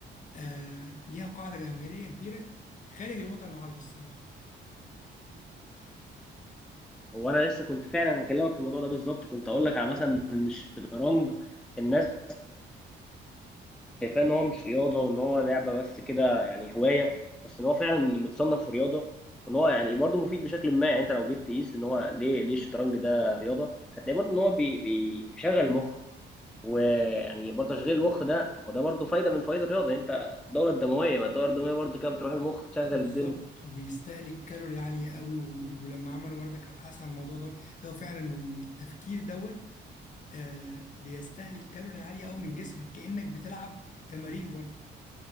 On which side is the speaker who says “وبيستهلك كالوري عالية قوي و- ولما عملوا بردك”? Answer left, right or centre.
Left